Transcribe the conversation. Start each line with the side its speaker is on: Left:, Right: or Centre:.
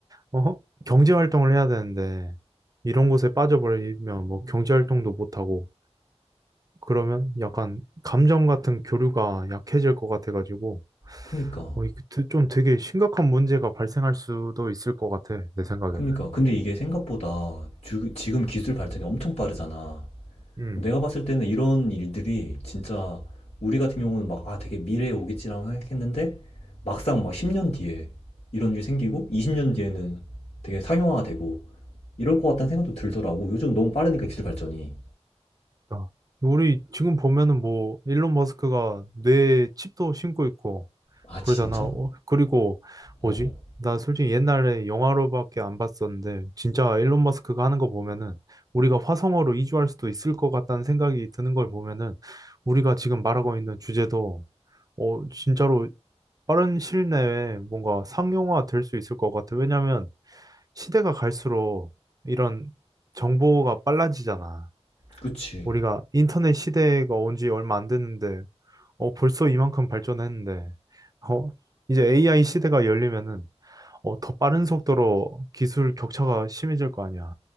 Right: 어? 경제 활동을 해야 되는데 이런 곳에 빠져버리면 뭐 경제 활동도 못 하고 그러면 약간 감정 같은 교류가 약해질 것 같아가지고
Left: 그니까.
Right: 어, 이게 드- 좀 되게 심각한 문제가 발생할 수도 있을 것 같아 내 생각에는.
Left: 그니까. 근데 이게 생각보다 주- 지금 기술 발전이 엄청 빠르잖아.
Right: 음.
Left: 내가 봤을 때는 이런 일들이 진짜 우리 같은 경우는 막, 아, 되게 미래에 오겠지라고 생각했는데 막상 막 10년 뒤에 이런 일이 생기고 20년 뒤에는 되게 상용화가 되고 이럴 것 같다는 생각도 들더라고. 요즘 너무 빠르니까 기술 발전이.
Right: 그러니까 우리 지금 보면은 뭐 일론 머스크가 뇌에 칩도 신고 있고
Left: 아,
Right: 그러잖아.
Left: 진짜?
Right: 어, 그리고 뭐지?
Left: 어, 어.
Right: 나 솔직히 옛날에 영화로밖에 안 봤었는데 진짜 일론 머스크가 하는 거 보면은 우리가 화성으로 이주할 수도 있을 것 같다는 생각이 드는 걸 보면은 우리가 지금 말하고 있는 주제도 어 진짜로 빠른 시일 내에 뭔가 상용화 될 수 있을 것 같아. 왜냐면 시대가 갈수록 이런 정보가 빨라지잖아.
Left: 그치.
Right: 우리가 인터넷 시대가 온지 얼마 안 됐는데, 어, 벌써 이만큼 발전했는데, 어, 이제 AI 시대가 열리면은, 어, 더 빠른 속도로 기술 격차가 심해질 거 아니야.